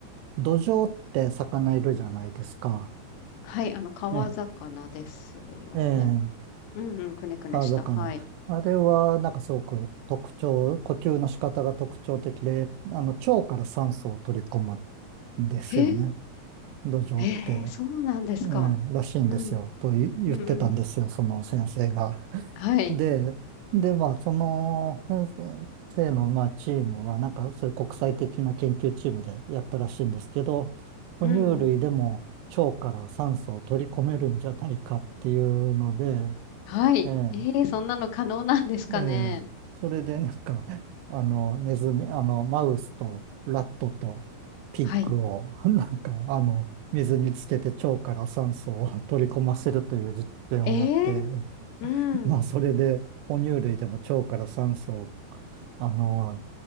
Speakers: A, on the right; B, on the left.
A: 土壌って魚いるじゃないですか。
B: はい。あの、川魚ですよね。
A: ええ、ええ、
B: うんうん、くねくねした。
A: 川魚。
B: はい。
A: あれは、なんかすごく特徴、呼吸の仕方が特徴的で、あの、腸から酸素を取り込むんですよね。
B: へえ、
A: 土壌って。
B: へえ、そうなんですか。
A: ええらしいんですよ、
B: うん、
A: とい言ってたんですよ、
B: うん、うん。
A: その先生が。
B: はい。
A: で、で、まあ、その先生の、まあ、チームは、なんか、そういう国際的な研究チームでやったらしいんですけど、哺乳類でも腸から酸素を取り込めるんじゃないかっていうので、
B: うん。はい。
A: ええ
B: ええ、そんなの可能なんですかね。
A: ええ、それでなんか、<laughs> あの、ネズミ、あの、マウスとラットとピッグを、
B: はい。
A: <laughs> なんか、あの、水につけて腸から酸素を取り込ませるという実験をやって、
B: ええ、
A: <laughs>
B: うん。
A: まあ、それで、哺乳類でも腸から酸素を、あの、